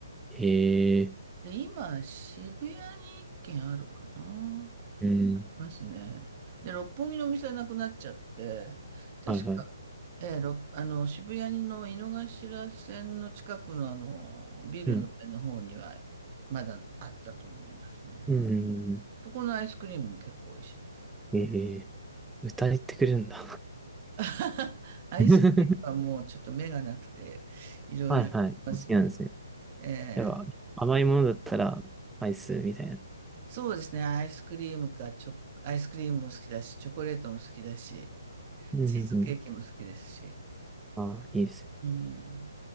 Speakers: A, in the centre; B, on the right.
A: ええ
B: で、今、渋谷に一軒あるかな。
A: ーうん。
B: いますね。で、六本木のお店はなくなっちゃって、確か、
A: はいはい。
B: ええ、六あの、渋谷の井の頭線の近くのあの、ビルの上の方には、
A: うん。
B: まだあったと思いますね。
A: うん。
B: そこのアイスクリームも結構美味しいです。
A: ええー歌えてくれるんだ。
B: <laughs> アイスクリームはもうちょっと目がなくて、
A: <laughs>
B: いろいろいますね。
A: はいはい。好きなんですね。
B: ええ、
A: やっぱ、甘いものだったら、アイスみたいな。
B: そうですね。アイスクリームか、チョ、アイスクリームも好きだし、チョコレートも好きだし、
A: うんうん
B: チーズケーキも好きですし。
A: うん。ああ、いいですね。
B: うん。